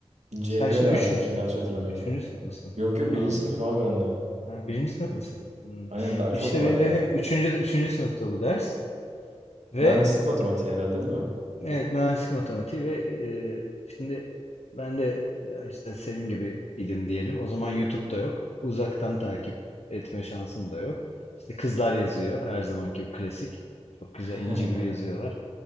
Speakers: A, on the right; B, on the left.
A: CB
B: Sen şimdi
A: verdim
B: üç müsün?
A: yanlış hatırlamıyorsam.
B: Üçüncü sınıf mısın
A: Yok
B: şu
A: yok birinci
B: anda?
A: sınıfım abi ben de.
B: Ha, birinci sınıftasın. Hmm.
A: Aynen daha çok
B: Üçte
A: var
B: benim
A: ya.
B: Evet. dediğim üçüncü, üçüncü sınıfta bu ders. Ve
A: Mühendislik matematiği herhalde değil mi?
B: evet mühendislik matematiği ve e, şimdi ben de işte senin gibi idim diyelim. O zaman YouTube'da yok. Uzaktan takip etme şansım da yok. İşte kızlar yazıyor her zamanki gibi klasik. Çok güzel
A: <laughs>
B: inci gibi yazıyorlar.